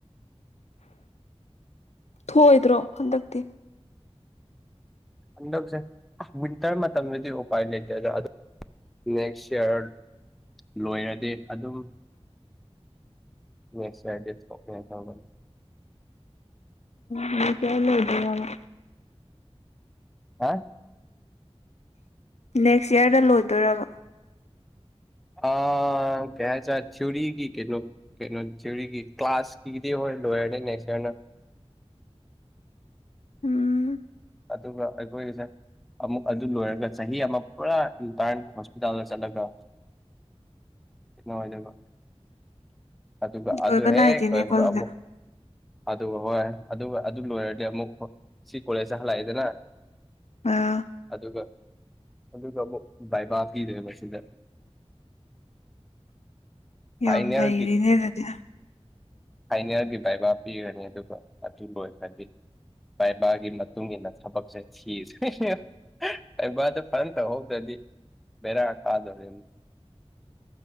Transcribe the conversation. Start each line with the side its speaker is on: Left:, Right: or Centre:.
Left: ꯊꯣꯑꯣꯏꯗ꯭ꯔꯣ ꯍꯟꯗꯛꯇꯤ
Centre: ꯍꯟꯗꯛꯁꯦ ꯑꯥ ꯋꯤꯟꯇꯔ ꯃꯇꯝꯗꯨꯗꯤ ꯎꯄꯥꯏ ꯂꯩꯇꯦꯗ <inaudible> ꯅꯦꯛꯁ ꯏꯌꯥꯔ ꯂꯣꯏꯔꯗꯤ ꯑꯗꯨꯝ ꯅꯦꯛꯁ ꯏꯌꯔꯗ‌ꯦ ꯊ‌ꯣꯛꯅ‌ꯦ ꯇꯧꯕꯟ
Left: ꯅ‌ꯣꯏ <unintelligible> ꯂꯩꯗꯣꯏꯅ‌ꯣꯕ
Centre: ꯍꯥ
Left: ꯅꯦꯛꯁ ꯏꯌꯥꯔꯗ ꯂꯣꯏꯗꯣꯏꯔꯕ
Centre: ꯑꯥ ꯀꯩ ꯍꯥꯏꯇꯥꯔ ꯊꯤꯌ‌ꯣꯔꯤꯒꯤ ꯀꯩꯅ‌ꯣ ꯀꯩꯅꯣ ꯊꯤꯌ‌ꯣꯔꯤꯒꯤ ꯀ꯭ꯂꯥꯁꯀꯤꯗꯤ ꯍ‌ꯣꯏ ꯂꯣꯏꯔꯅꯤ ꯅ‌ꯦꯛꯁ ꯏꯌꯥꯔꯅ
Left: ꯎꯝ
Centre: ꯑꯗꯨꯒ ꯑꯩꯈꯣꯏꯒꯤꯁꯦ ꯑꯃꯨꯛ ꯑꯗꯨ ꯂꯣꯏꯔꯒ ꯆꯍꯤ ꯑꯃ ꯄꯨꯔꯥ ꯏꯟꯇ꯭ꯔꯟ ꯍꯣꯁꯄꯤꯇꯥꯜꯗ ꯆꯠꯂꯒ <unintelligible> ꯗ ꯑꯗꯨꯒ ꯑꯗꯨ
Left: ꯂꯣꯏꯕ
Centre: ꯍꯦꯛ
Left: ꯅꯥꯏꯗꯦꯅꯦꯀꯣ
Centre: ꯂ‌ꯣꯏꯕꯒ
Left: ꯑꯗꯨꯗꯤ
Centre: ꯑꯃꯨꯛ ꯑꯗꯨ ꯍꯣꯏ ꯑꯗꯨꯒ ꯑꯗꯨ ꯂꯣꯏꯔꯗꯤ ꯑꯃꯨꯛ ꯁꯤ ꯀꯣꯂꯦꯖꯇ ꯍꯜꯂꯛꯑꯦꯗꯅ
Left: ꯑꯥ
Centre: ꯑꯗꯨꯒ ꯑꯗꯨꯒ ꯑꯃꯨꯛ ꯕꯥꯏꯕꯥ ꯄꯤꯗꯣꯏꯕ ꯁꯤꯗ ꯐꯥꯏꯅꯦꯜ
Left: ꯌꯥꯝ ꯅꯩꯔꯤꯅꯦ
Centre: ꯒꯤ
Left: ꯑꯗꯨꯗꯤ
Centre: ꯐꯥꯏꯅ‌ꯦꯜꯒꯤ ꯕꯥꯏꯕꯥ ꯄꯤꯔꯅꯤ ꯑꯗꯨꯒ ꯑꯗꯨ ꯂꯣꯏꯈ꯭ꯔꯗꯤ ꯕꯥꯏꯕꯥꯒꯤ ꯃ ꯇꯨꯡ ꯏꯟꯅ ꯊꯕꯛꯁꯦ <unintelligible> ꯕꯥꯏꯕꯥꯗ‌ꯣ ꯐꯖꯟ ꯇꯧꯍꯧꯗ꯭ꯔꯗꯤ ꯕ‌ꯦꯔꯥ ꯀꯥꯗ‌ꯣꯔꯤꯝ